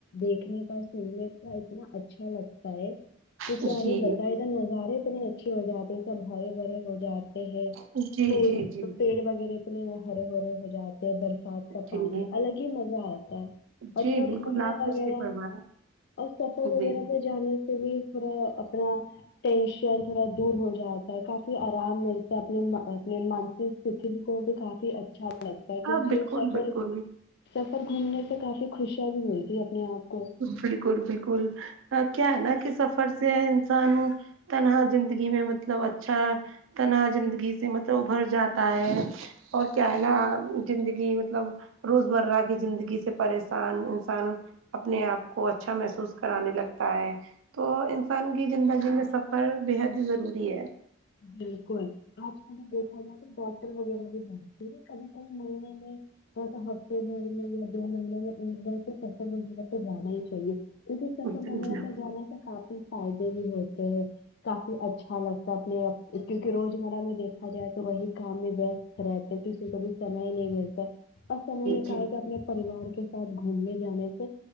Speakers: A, on the left (about 55°); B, on the right (about 65°).
A: دیکھنے کا سننے کا اتنا اچھا لگتا ہے تو
B: جی
A: کیا ہی بتاۓ ادھر نظارے اتنی اچھے ہو جاتے سب ہرے بھرے ہو جاتے ہے
B: جی
A: پھول
B: جی جی
A: پیڑ وغیرہ اتنے ہرے ہھرے ہو جاتے ہیں بر برسات کا پانی
B: جی
A: الگ ہی مزہ آتا ہے اور
B: جی
A: تھوڑا
B: بالکل
A: گھومنے
B: آپ
A: وغیرہ
B: نے صحیح فرمایا
A: اور سفر
B: جی
A: وغیرہ پہ جانے سے بھی, ڈ پورا اپنا ٹینشن تھوڑا دور ہو جاتا ہے کافی آرام ملتا ہے اپنے اپنے مانسک ستو کو بھی کافی اچھا لگتا ہے کیونکہ
B: ہاں بالکل
A: وہ سفر
B: بالکل
A: سفر گھومنے سے کافی خوشیاں بھی ملتی ہے اپنے آپ کو
B: بالکل بالکل اور کیا ہے نا کہ سفر سے انسان تنہا زندگی میں مطلب اچھا تنہا زندگی سے مطلب ابھر جاتا ہے اور کیا ہے نا عام زندگی مطلب روزمرہ کی زندگی سے پریشان انسان اپنے آپ کو اچھا محسوس کرانے لگتا ہے تو انسان کی زندگی میں سفر بےحد ہی ضروری ہے
A: بالکل آج ہمیں دیکھا جائے تو ڈاکٹر وغیرہ بھی نہیں دیکھو کبھی کبھی مہینے میں ہاں ہفتے بھر میں یا دو مہینے میں ایک بار تو سفر وغیرہ پے تو جانا ہی چاہیے کیونکہ سفر
B: جی
A: وغیرہ پہ جانا سے کافی فائدے بھی ہوتے ہیں کافی اچھا لگتا اپنے کیونکہ روزمرہ میں دیکھا جائے تو وہی کام میں ویست رہتے کسی کو بھی سمے ہی نہیں ملتا اور سمے نکال
B: جی
A: کے اپنے پریوار کے ساتھ گھومنے جانے سے